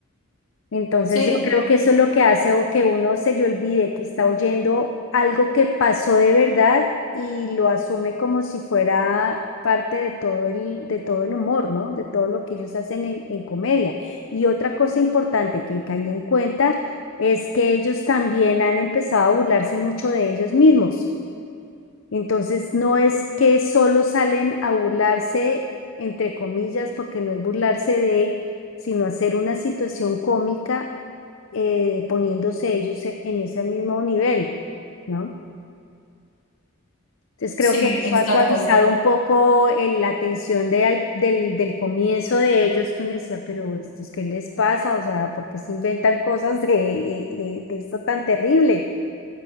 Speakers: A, on the left; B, on the left.
A: Entonces
B: Sí,
A: yo creo que eso es lo que hace o que uno se le olvide que está oyendo algo que pasó de verdad y lo asume como si fuera parte de todo el, de todo el humor, ¿no? De todo lo que ellos hacen en, en comedia. Y otra cosa importante que caí en cuenta es que ellos también han empezado a burlarse mucho de ellos mismos. Entonces, no es que solo salen a burlarse, entre comillas, porque no es burlarse de, sino hacer una situación cómica eh, poniéndose ellos e- en ese mismo nivel, ¿no? Entonces, creo
B: sí,
A: que eso
B: exacto.
A: ha suavizado un poco el- la tensión de al- del, del comienzo de ellos, que uno decía, pero ¿estos qué les pasa? O sea, ¿por qué se inventan cosas de, eh, de, de esto tan terrible?